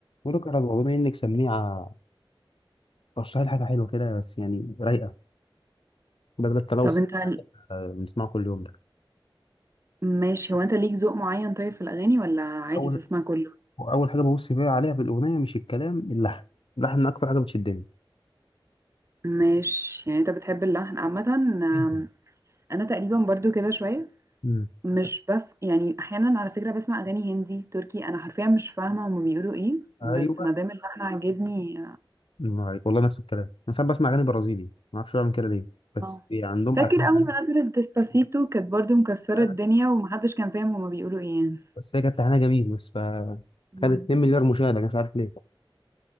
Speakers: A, on the left; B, on the right.
A: بقول لك يا رجل، بما انك سميعه رشح لي حاجه حلوه كده بس يعني رايقه بدل التلوث
B: طب انت ال-
A: اللي بنسمعه كل يوم ده
B: ماشي هو انت ليك ذوق معين طيب في الاغاني ولا عادي
A: اول
B: بتسمع كله
A: اول حاجه ببص فيها عليها في الاغنيه مش الكلام اللحن اللحن اكتر حاجه بتشدني
B: ماشي يعني انت بتحب اللحن عامه آم،
A: جدا
B: انا تقريبا برضو كده شويه
A: امم
B: مش بف يعني احيانا على فكره بسمع اغاني هندي تركي انا حرفيا مش فاهمه هما بيقولوا ايه
A: ايوه
B: بس ما دام اللحن عاجبني
A: أمم، عليك. والله نفس الكلام انا ساعات بسمع اغاني برازيلي ما اعرفش بعمل كده ليه بس
B: اه
A: عندهم
B: فاكر
A: الحان
B: اول ما نزلت ديسباسيتو كانت برضو مكسره
A: أيوة.
B: الدنيا ومحدش كان فاهم هما بيقولوا ايه يعني
A: بس هي كانت لحنها جميل بس ف
B: مم.
A: خدت 2 مليار مشاهده مش عارف ليه